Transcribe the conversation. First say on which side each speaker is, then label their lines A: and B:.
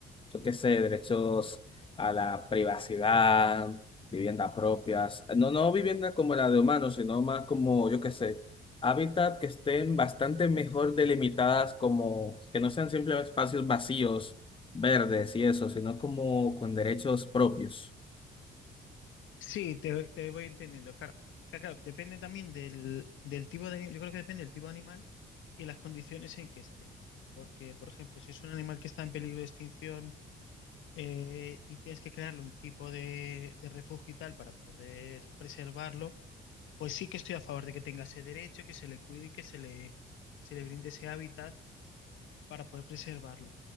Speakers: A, on the left; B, on the left.
A: yo qué sé, derechos a la privacidad, viviendas propias, no, no vivienda como la de humanos, sino más como, yo qué sé, hábitat que estén bastante mejor delimitadas, como que no sean simplemente espacios vacíos, verdes y eso, sino como con derechos propios.
B: Sí, te, te voy entendiendo, claro. Que, claro, depende también del, del tipo de, yo creo que depende del tipo de animal y las condiciones en que esté. Porque, por ejemplo, si es un animal que está en peligro de extinción eh, y tienes que crearle un tipo de, de refugio y tal para poder preservarlo, pues sí que estoy a favor de que tenga ese derecho, que se le cuide y que se le, que se le brinde ese hábitat para poder preservarlo,